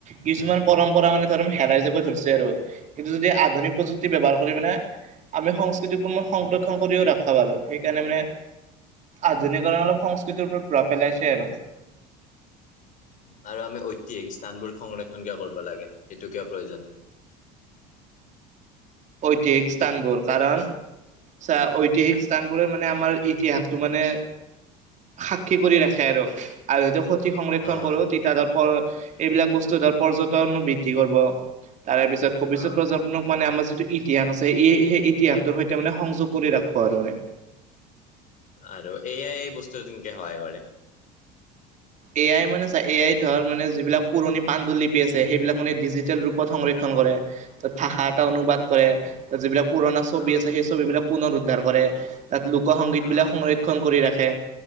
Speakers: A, on the right (about 40°); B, on the left (about 45°).
A: কিছুমান পৰম্পৰা মানে ধৰ হেৰাই যাব ধৰিছে আৰু কিন্তু যদি আধুনিক প্ৰযুক্তি ব্যৱাৰ কৰি মানে আমি সংস্কৃতিকো সংৰক্ষণ কৰিও ৰাখিব পাৰো সেইকাৰণে মানে আধুনিকৰণে অলপ সংস্কৃতিৰ ওপৰত প্ৰভাৱ পেলাইছে আৰু
B: <inaudible> আৰু আমি ঐতিহাসিক স্থানবোৰ সংৰক্ষন কিয় কৰিব লাগে, সেইটো কিয় প্ৰয়োজন?
A: ঐতিহাসিক স্থানবোৰ কাৰণ চা ঐতিহাসিক স্থান বোৰে মানে আমাৰ ইতিহাসটো মানে সাক্ষী কৰি ৰাখে আৰু, আৰু এইটো সতি সংৰক্ষণ
B: অ'
A: কৰিব তেতিয়া ধৰ পৰ এইবিলাক বস্তু ধৰ পৰ্যটন বৃদ্ধি কৰিব, তাৰে পিছত ভৱিষ্যত
B: অ'
A: পৰ্যটনক মানে আমাৰ যিটো ইতিহাস আছে এই সেই ইতিহাসটোৰ সৈতে মানে সংযোগ কৰি ৰাখিব আৰু মানে
B: আৰু এইয়াই এই বস্তু <unintelligible> সহায় কৰে।
A: এ আই মানে চা এ আই ধৰ মানে যিবিলাক পুৰণি পাণ্ডুলিপি আছে সেইবিলাক মানে ডিজিটেল ৰূপত সংৰক্ষণ কৰে ভাষা এটা অনুবাদ কৰে যিবিলাক পুৰণা ছবি
B: অ'
A: আছে সেই ছবি বিলাক পুনৰ উদ্ধাৰ কৰে, তাত লোক সংগীত
B: অ'
A: বিলাক সংৰক্ষণ কৰি ৰাখে,